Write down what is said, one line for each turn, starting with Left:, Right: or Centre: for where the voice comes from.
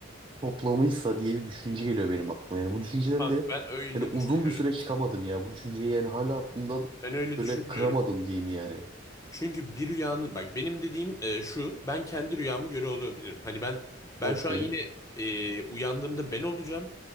Right: toplamıysa diye bir düşünce geliyor benim aklıma. Yani bu düşünceden
Left: Kanka
Right: de
Left: ben öyle
Right: yani uzun
Left: düşünmüyorum.
Right: bir süre çıkamadım ya. Bu düşünceyi yani hala aklımdan
Left: Ben öyle
Right: böyle
Left: düşünmüyorum.
Right: kıramadım diyeyim yani.
Left: Çünkü bir rüyanın bak benim dediğim e, şu ben kendi rüyamı göre olabilirim. Hani ben ben
Right: Okey.
Left: şu an yine e, uyandığımda ben olacağım.